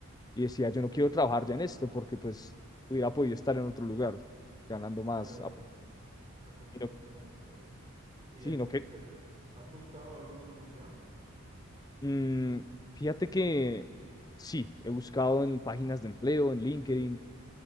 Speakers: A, on the left; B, on the right.
A: y decía, yo no quiero trabajar ya en esto porque pues hubiera podido estar en otro lugar ganando más.
B: Claro,
A: ah, pues,
B: la comparación
A: Y no,
B: y todo eso. ¿Y
A: sí,
B: este,
A: no que...
B: has buscado alguna otra opción?
A: mm, fíjate que sí, he buscado en páginas de empleo, en LinkedIn